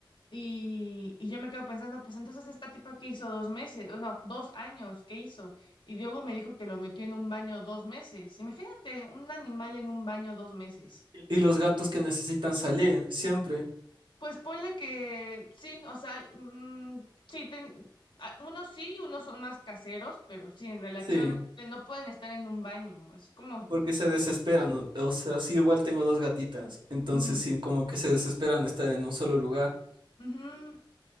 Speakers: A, on the left; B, on the right.
A: Y, y yo me quedo pensando, pues entonces esta tipa que hizo dos meses, o no, dos años, ¿qué hizo? Y Diogo me dijo que lo metió en un baño dos meses. Imagínate un animal en un baño dos meses.
B: Y los gatos que necesitan salir, siempre.
A: Pues ponle que sí, o sea, mm, sí, ten- a- unos sí, unos son más caseros, pero sí, relativamente
B: Sí,
A: no pueden estar en un baño, es como,
B: porque se desesperan. O o sea, sí, igual tengo dos gatitas, entonces
A: ujú,
B: sí, como que se desesperan de estar en un solo lugar.
A: ujú,